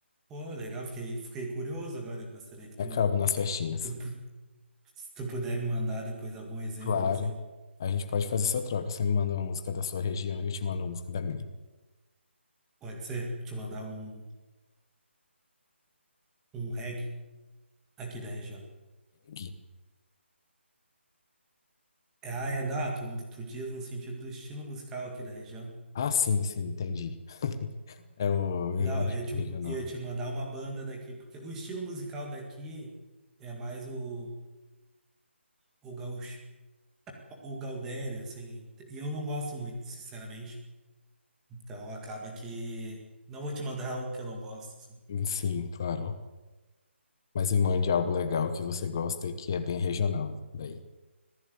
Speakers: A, in the centre; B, on the left.
A: Pô, legal, fiquei, fiquei curioso agora. Gostaria que
B: acaba
A: tu,
B: nas festinhas.
A: tu Se tu puder me mandar depois algum exemplo,
B: Claro,
A: assim,
B: a gente pode fazer essa troca. Você me manda uma música da sua região e eu te mando uma música da minha.
A: pode ser? Vou Te mandar um, um reggae aqui da região.
B: Aqui.
A: É, Ah, é, não, tu, tu diz no sentido do estilo musical aqui da região.
B: Ah, sim, sim, entendi. <laughs> É um-
A: Não,
B: uma dica
A: eu ia te,
B: regional.
A: ia te mandar uma banda daqui, porque o estilo musical daqui é mais o, o, gaúcho, o gaudério, assim, e eu não gosto muito, sinceramente. Então acaba que não vou te mandar algo que eu não gosto, assim.
B: Sim, claro. Mas me mande algo legal que você gosta e que é bem regional. Daí.